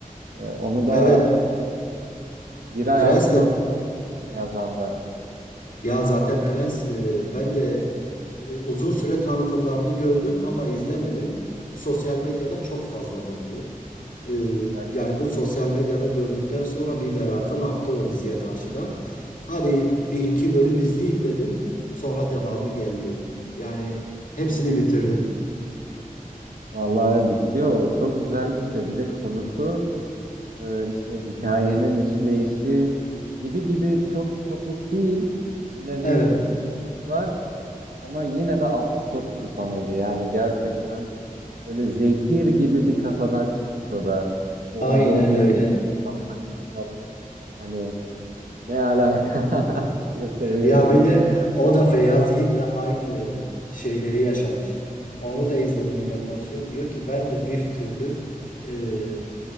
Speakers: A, on the right; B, on the left.
A: Ee, onu da
B: Evet.
A: Giray
B: Prens
A: Altınok
B: de
A: onu yazan da.
B: Ya zaten Prens e, ben de e, uzun süre tanıtımlarını gördüm ama izlemedim. Sosyal medyada çok fazla döndü. E,
A: Gerçekten.
B: yani bu sosyal medyada gördükten sonra bir merakım arttı o diziye karşı da. Hadi bir iki bölüm izleyeyim dedim. Sonra devamı geldi. Yani hepsini bitirdim.
A: Vallahi bitiyor. O çok güzel bitiyor. Bir de konusu e, işte hikayenin işleyişi gibi gibi çok kopuk değil. Yine
B: Evet,
A: bir iş var ama yine de absürt bir komedi. Yani gerçekten Böyle zehir gibi bir kafadan çıkmış o da. Bongom
B: aynen öyle.
A: yazmış falan. Hani ne alaka <laughs> diye soruyor
B: Ya
A: insan.
B: bir de o da Feyyaz Yiğit'le aynı şeyleri yaşamış. Onu da izledim yine konuşuyor. Diyor ki ben de bir türlü e,